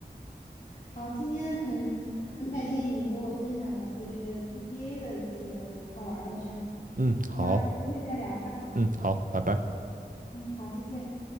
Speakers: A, on the left; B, on the right.
A: 好，今天很很感谢你给我分享了就是 GTA 的一些好玩儿的事儿。
B: 嗯，好，
A: 那有机会再聊吧。
B: 嗯，好，拜拜。
A: 嗯，好，再见。